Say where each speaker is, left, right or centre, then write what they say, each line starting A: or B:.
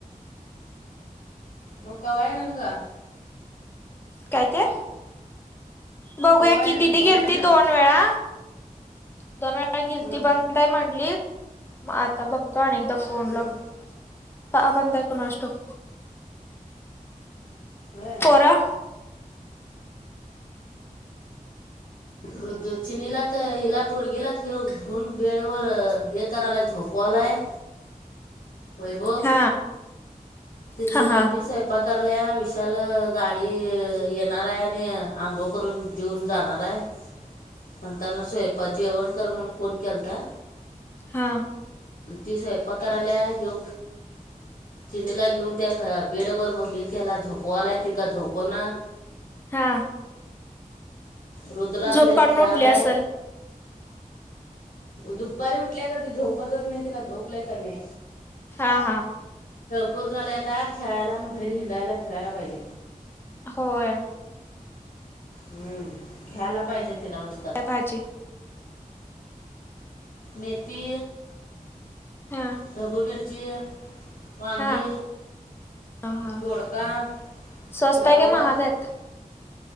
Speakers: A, on the left; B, on the left.
A: म कवा येणार ग?
B: काय ते? बघूया
A: कवा
B: की दिदी
A: कवा
B: गेलती
A: येणार
B: दोन दोन वेळा. दोन वेळा. मगा गिलती
A: हम्म
B: बंदय म्हटली. आता बघतो अनीएकदा फोन
A: हम्म
B: लावून. का बंदय कुणास ठाऊक?
A: व्हय.
B: पोरं
A: रुद्र चिनीला क हिला पोरगीला हे घन वेळेवर हे करायलाय झोपवालाय. वैभव.
B: हा.
A: तेची
B: हा
A: मममी
B: हा
A: सय कृपाकारल्या विशाल गाडी येणार आहे आणि अंघोळ करून जेऊन जाणार आहे
B: <unintelligible>
A: म्हणताना स्वयंपा जेवण कर म्हण फोन केलता
B: हा
A: ती स्वयंपा कराल्या ह्यो चिनीला घेऊन त्या बेड वर हे केला झोपवालाय ती काय झोपना
B: हा
A: रुद्रा
B: झोप
A: बाहेर
B: काढून
A: खेळायलाय
B: उठली असेल
A: दुपारी उठल्याकर त झोपतच नाही तिला झोप लय कमीय
B: हा, हा
A: बोर झालय आता खेळायला घ्यायला आणि बाहेर हिंडायला, फिरायला पाहिजे
B: होय
A: हम खेळायला पाहिजे तिला नुसता
B: काजी
A: मेथी,
B: हा
A: ढब्बू मिरची वांगी,
B: हा हा हा
A: दोडका,
B: स्वस्त
A: फ्लावर
B: आहे काय महाग आहेत